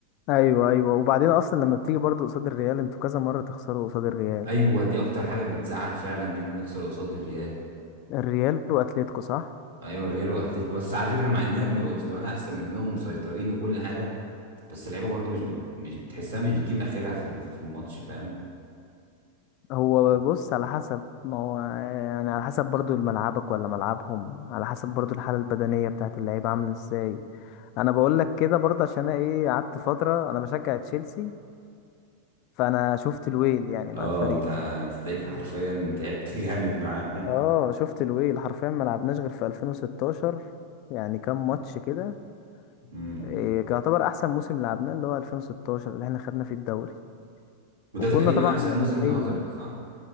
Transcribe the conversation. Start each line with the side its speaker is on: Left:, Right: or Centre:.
Left: ايوه ايوه وبعدين اصلا لما بتيجي برضو قصاد الريال انتوا كذا مره تخسروا قصاد الريال
Right: ايوه دي اكتر حاجة بتزعل فعلا ان احنا نخسر قصاد الريال
Left: الريال واتليتيكو صح
Right: ايوه الريال واتلتيكو بس على فكرة مع اننا بنبقى مستوانا احسن منهم ومسيطرين وكل حاجة بس اللعيبة برضه مش بت... مش بتحسها مش بتجيب اخرها في ال- في الماتش فاهم
Left: هو بص على حسب ما هو يعني على حسب برضو ملعبك ولا ملعبهم على حسب برضو الحالة البدنية بتاعت اللعيبة عاملة ازاي انا بقول لك كده برضه عشان انا ايه قعدت فترة انا بشجع تشيلسي فانا شفت الويل يعني مع
Right: اه
Left: الفريق
Right: انت
Left: ده
Right: انت تلاقيك حرفيا تعبت <laughs> جامد معاهم
Left: اه شفت الويل حرفيا ما لعبناش غير في 2016 يعني كام ماتش كده
Right: م-
Left: إيه
Right: م.
Left: كان يعتبر احسن موسم لعبناه اللي هو 2016 اللي احنا خدنا فيه الدوري
Right: وده
Left: وكنا
Right: تقريبا
Left: طبعا
Right: احسن
Left: مرتاحين
Right: موسم لهازارد صح